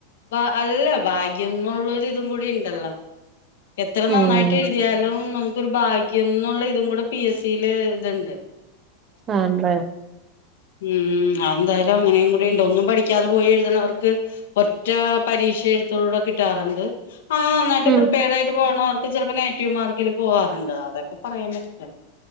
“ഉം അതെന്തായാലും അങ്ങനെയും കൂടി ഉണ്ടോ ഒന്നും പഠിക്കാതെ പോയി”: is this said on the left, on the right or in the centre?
Left